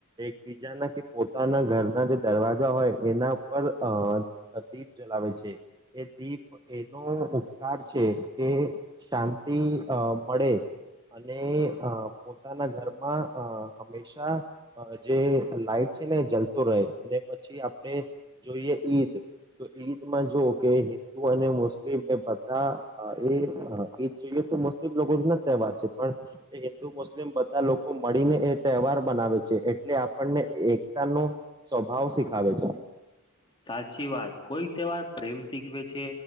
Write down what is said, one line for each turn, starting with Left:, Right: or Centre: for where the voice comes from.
Right: એક બીજાના કે પોતાના ઘરના જે દરવાજા હોય એના ઉપર અ દીપ જલાવે છે, એ દીપ એનો ઉપકાર છે એ શાંત થી અ મળે. અને અ પોતાના ઘરમાં અ હંમેશા જે લાઈટ છે ને જલતું રહે અને પછી આપણે જોઈએ ઈદ, તો ઈદમાં જો કે હિન્દુ અને મુસ્લિમ એ બધા એ એ જ જોઈએ તો મુસ્લિમ લોકો ના તહેવાર છે. પણ એ હિન્દુ મુસ્લિમ બધા લોકો મળીને એ તહેવાર બનાવે છે એટલે આપણને એકતા નો સ્વભાવ શીખાવે છે.
Left: સાચી વાત કોઈ તહેવાર પ્રેમ શીખવે છે.